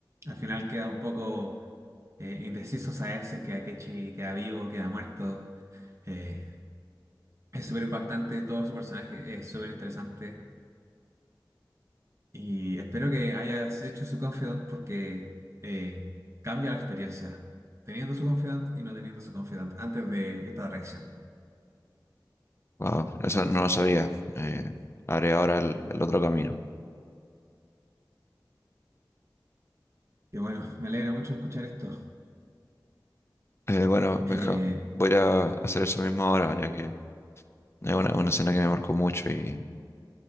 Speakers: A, on the right (about 40°); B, on the left (about 35°).
A: al final queda un poco eh, indeciso saber si es que Akechi queda vivo, queda muerto. eh, es súper impactante, todo su personaje es súper interesante. Y espero que hayas hecho su confidant porque eh, cambia la experiencia teniendo su confidant y no teniendo su confidant antes de esta traición.
B: Wow, eso no lo sabía. Eh, haré ahora el el otro camino.
A: Y bueno, <laughs> me alegra mucho escuchar esto.
B: Eh, bueno, Benja,
A: Eh,
B: voy a ir a hacer eso mismo ahora, ya que es una, una escena que me marcó mucho y,